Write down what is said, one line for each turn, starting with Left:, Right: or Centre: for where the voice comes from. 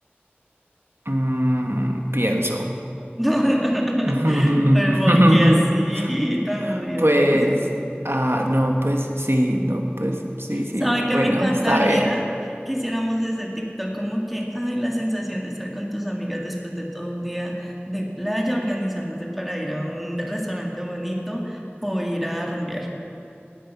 Right: Mm, pienso.
Centre: <laughs>
Right: <laughs>
Centre: Pero porque así, tan odioso.
Right: Pues, ah, no, pues sí, no, pues sí, sí,
Centre: ¿Sabe qué
Right: bueno,
Centre: me encantaría?
Right: está bien.
Centre: Que hiciéramos ese TikTok como que, ay, la sensación de estar con tus amigas después de todo un día de playa organizándose para ir a un restaurante bonito o ir a rumbear.